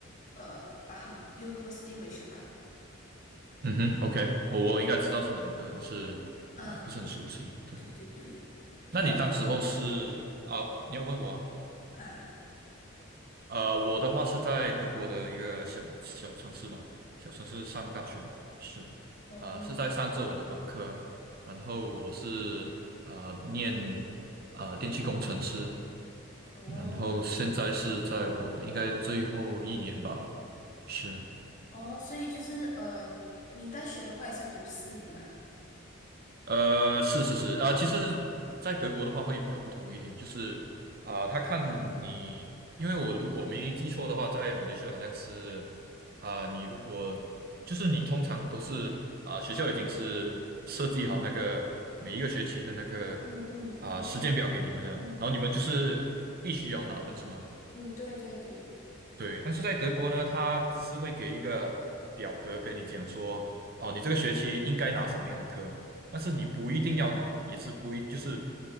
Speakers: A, on the left; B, on the right.
A: 呃巴亨 University m a l a y s
B: 嗯哼，OK，我我应该知道是哪一个，但是啊、
A: 嗯，
B: 不是很熟悉。对，
A: 对对对，
B: 那你当时候是啊、
A: 那你呢？
B: 你要问我啊？
A: 啊，
B: 呃，我的话是在德国的一个小小城市嘛，小城市上大学是，
A: 哦
B: 呃，是在上着我的本科，然后我是呃念呃电气工程师，
A: 哦
B: 然后现在是在我应该最后一年吧，是。
A: 哦，所以就是呃，你大学的话也是读四年嘛？
B: 呃，是是是啊，其实，在德国的话会比较不同一点，就是啊，他看你，因为我如果没记错的话，在马来西亚好像是啊，你如果就是你通常都是啊，学校已经是设计好那个每一个学期的那个
A: 嗯嗯，
B: 啊时间表给你们了，
A: 明白。嗯
B: 然后你们就是必须要拿的是吗？
A: 嗯，对对对。
B: 对，但是在德国呢，他只是会给一个表格跟你讲说，哦，你这个学期应该拿什么样的课，但是你不一定要拿，也是不一，就是